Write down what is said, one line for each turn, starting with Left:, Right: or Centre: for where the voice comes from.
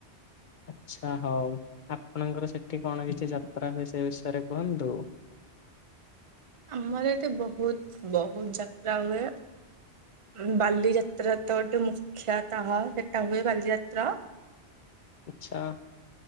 Left: ଆଚ୍ଛା ହଉ ଆପଣଙ୍କର ସେଠି କଣ କିଛି ଯାତ୍ରା ହୁଏ ସେ ବିଷୟରେ କୁହନ୍ତୁ?
Right: ଆମର ଏଠେ ବହୁତ ବହୁତ ଯାତ୍ରା ହୁଏ। ଉଁ ବାଲିଯାତ୍ରା ତ ଗୋଟେ ମୁଖ୍ୟତଃ ସେଟା ହୁଏ ବାଲିଯାତ୍ର।
Left: ଆଛା।